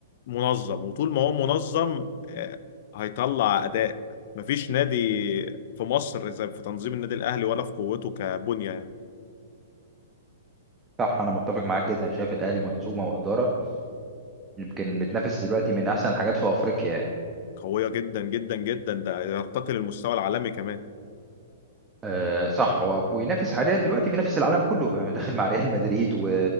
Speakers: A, on the left (about 55°); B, on the right (about 15°).
A: منظم وطول ما هو منظم آه، هيطلع أداء مفيش نادي في مصر زي في تنظيم النادي الأهلي ولا في قوته كبنية يعني
B: صح انا متفق معاك جدا شايف الاهلي منظومه واداره يمكن بتنافس دلوقتي من احسن الحاجات في افريقيا
A: قوية جدا جدا جدا ده يرتقي للمستوى العالمي كمان
B: آه صح هو بينافس حاليا دلوقتي بينافس العالم كله يعني داخل مع ريال مدريد و...